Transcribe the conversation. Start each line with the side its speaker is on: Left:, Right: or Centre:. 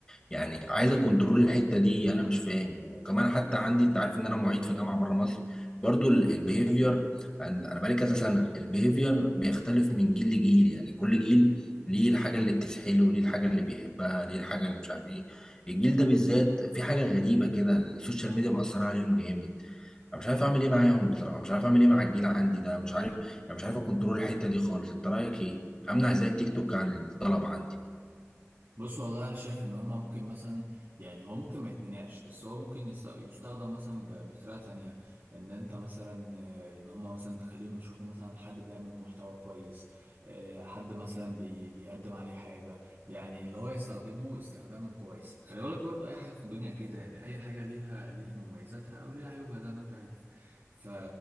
Left: يعني عايزه كنترول الحته دي انا مش فاهم وكمان حتى عندي انت عارف ان انا معيد في جامعه بره مصر برضو البيهيفير انا بقالي كذا سنه البيهيفير بيختلف من جيل لجيل يعني كل جيل ليه الحاجه اللي بتسحله ليه الحاجه اللي بيحبها ليه الحاجه اللي مش عارف ايه الجيل ده بالذات في حاجه غريبه كده السوشيال ميديا مأثره عليهم جامد انا مش عارف اعمل ايه معاهم بصراحه مش عارف اعمل ايه مع الجيل عندي ده مش عارف يعني مش عارف اكنترول الحته دي خالص انت رايك ايه امنع ازاي التيك توك عن الطلبه عندي
Right: بص والله انا شايف ان هما ممكن مثلا يعني هو ممكن ما يتمنعش بس هو ممكن يس- يستخدم مثلا ب- بطريقه تانية ان انت مثلا آه، ان هما مثلا تخليهم يشوفوا مثلا حد بيعمل محتوى كويس آه، حد مثلا بي بيقدم عليه حاجه يعني اللي هو يستخدمه استخدام كويس خلي بالك برضو اي حاجه في الدنيا كده يعني اي حاجه ليها ليها مميزاتها او ليها عيوبها زي ما انت عارف ف...